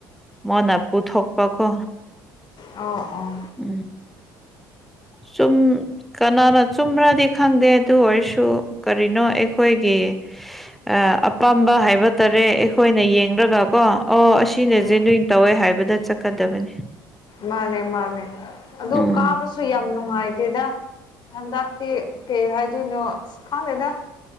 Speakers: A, in the centre; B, on the left.
A: ꯃꫭꯟꯅ ꯄꯨꯊꯣꯛꯄꯀꯣ
B: ꯑꯥ ꯑꯣ
A: ꯎꯝ ꯆꯨꯝ ꯀꯅꯥꯅ ꯆꯨꯝꯕ꯭ꯔꯗꯤ ꯈꯪꯗꯦ ꯑꯗꯨ ꯑꯣꯏꯔꯁꯨ ꯀꯔꯤꯅꯣ ꯑꯩꯈꯣꯏꯒꯤ ꯑ ꯑꯄꯥꯝꯕ ꯍꯥꯏꯕ ꯇꯥꯔꯦ ꯑꯩꯈꯣꯏꯅ ꯌꯦꯡꯒ ꯀꯣ ꯑꯣ ꯑ ꯁꯤꯅꯁꯦ
B: ꯎꯝ
A: ꯅꯣꯏ ꯇꯧꯋꯦ ꯍꯥꯏꯕꯗ ꯆꯠꯀꯗꯕꯅꯤ
B: ꯃꯥꯅꯦ ꯃꯥꯅꯦ ꯑꯗꯨ
A: ꯎꯝ
B: ꯀꯥꯕꯁꯨ ꯌꯥꯝ ꯅꯨꯡꯉꯥꯏꯇꯦꯗ ꯍꯟꯗꯛꯇꯛꯇꯤ ꯀꯩ ꯍꯥꯏꯗꯣꯏꯅꯣ ꯈꯪꯗꯦꯗ